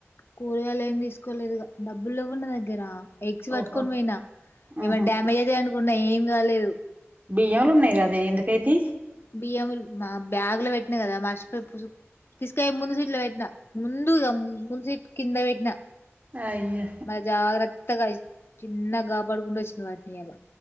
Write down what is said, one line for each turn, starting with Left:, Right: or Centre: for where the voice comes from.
Left: కూరగాయలు ఏమి తీసుకోలేదుగా డబ్బులు ఇవ్వన్నా దగ్గర ఎగ్స్ పట్టుకొని
Right: ఓహో
Left: పోయినా ఏమైనా
Right: ఆహా
Left: డ్యామేజ్ అదే అనుకున్నా ఏం దలేదు
Right: బియ్యలు ఉన్నాయి కదా ఎందుకైతే
Left: బియ్యం మా బ్యాగ్ లో పెట్టినా కదా మర్చిపో తీసుకయ ముందు సీట్ లో పెట్టినా ముందుగా ముందుస కింద పెట్టిన
Right: అయ్యో
Left: మరి జాగ్రత్తగా ఇ చిన్నగా కాపాడుకుంట వచ్చిన వాటిని ఎలా